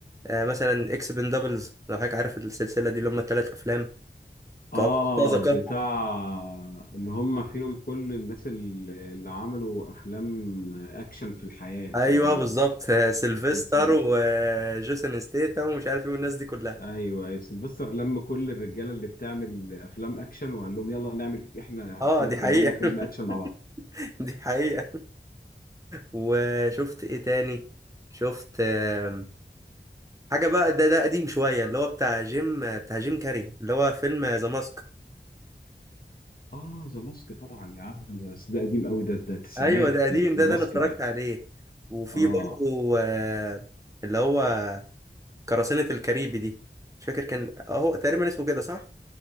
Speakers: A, on the right; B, on the left.
A: آه، مثلا اكس بن دبلز لو حضرتك عارف السلسله دي اللي هم الثلاث افلام
B: اه
A: بتوع مرتزقه
B: بتاع اللي هم فيهم كل الناس اللي اللي عملوا افلام اكشن في الحياة
A: ايوه
B: تقريبا
A: بالظبط <laughs> آه، سيلفستر
B: اسمه
A: وجيسون ستيتم ومش عارف ايه والناس دي كلها
B: ايوه يا سيلفستر لم كل الرجاله اللي بتعمل افلام اكشن وقال لهم يلا نعمل احنا
A: اه
B: احنا
A: دي
B: كلنا
A: حقيقه
B: فيلم اكشن مع بعض
A: <laughs> دي حقيقه وشفت ايه تاني شفت آم، حاجه بقى ده ده قديم شويه اللي هو بتاع جيم بتاع جيم كاري اللي هو فيلم ذا ماسك
B: اه ذا ماسك طبعا يا عم بس ده قديم قوي ده ده التسعينات
A: ايوه ده قديم
B: ذا
A: ده
B: ماسك
A: ده انا اتفرجت
B: ده
A: عليه وفي
B: اه
A: برضه آه، اللي هو قراصنة الكاريبي دي مش فاكر كان اهو تقريبا اسمه كده صح